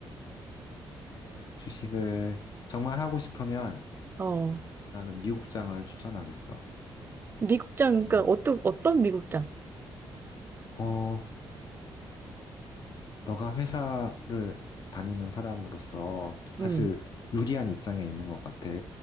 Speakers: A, on the left; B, on the right.
A: 주식을 정말 하고 싶으면
B: 어,
A: 나는 미국장을 추천하겠어.
B: 미국장,
A: 어,
B: 그러니까 어떤, 어떤 미국장?
A: 어, 너가 회사를 다니는 사람으로서 사실
B: 응,
A: 유리한 입장에 있는 것 같아.